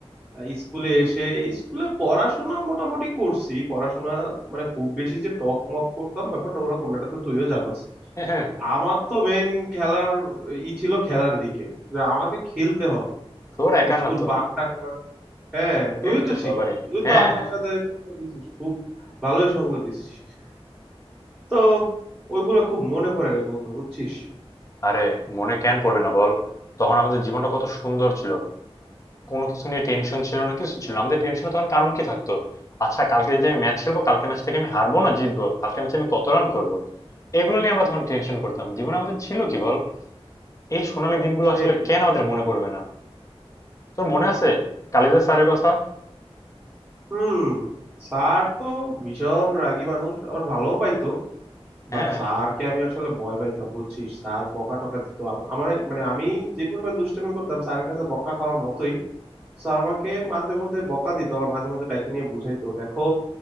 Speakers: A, in the centre; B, on the left.
A: আহ, স্কুলে এসে স্কুলে পড়াশোনা মোটামুটি করছি পড়াশোনা মানে খুব বেশি যে টপ মপ করতাম ব্যাপারটা ওরকম না এটা তো তুইও জানাস
B: হ্যাঁ হ্যাঁ
A: আমার তো মেইন খেলার ই ছিল খেলার দিকে যে আমাকে খেলতে হবে
B: তোর একার
A: স্কুল
B: না তো
A: বাং টাং মার- হ্যাঁ তুইও
B: এটা
A: তো
B: তো সবারই
A: ছিলি তুই
B: হ্যাঁ
A: তো আমার
B: হ্যাঁ
A: সাথে সঙ্গ দিছিস খুব ভালোই সঙ্গ দিছিস তো ওইগুলা খুব মনে পড়ে রে বন্ধু বুঝছিস
B: আরে মনে কেন পড়বে না বল তখন আমাদের জীবনটা কত সুন্দর ছিল কোনো কিছু নিয়ে টেনশন ছিল না কিছু ছিল না। আমাদের টেনশনে তখন কারণ কি থাকতো আচ্ছা কালকে যদি আমি ম্যাচ খেলবো কালকে ম্যাচ থেকে আমি হারবো না জিতবো কালকে ম্যাচে আমি কত রান করবো এগুলো নিয়ে আমরা তখন টেনশন করতাম জীবনে আমাদের ছিল কি বল এই সোনালী দিনগুলো
A: সেটাই
B: আসলে কেন আমাদের মনে পড়বে না তোর মনে আছে কালিদাস স্যারের কথা
A: হুম স্যার তো ভীষণ রাগী মানুষ আবার ভালো পাইতো
B: হ্যাঁ
A: বাট স্যারকে আমি আসলে ভয় পাইতাম বুঝছিস স্যার বকা টকা দিত আম- আমার মানে আমি যে পরিমাণ দুষ্টামি করতাম স্যারের কাছে বকা খাওয়ার মতোই স্যার আমাকে মাঝে মধ্যে বকা দিত আবার মাঝে মধ্যে ডাইকে নিয়ে বুঝাইতো দেখো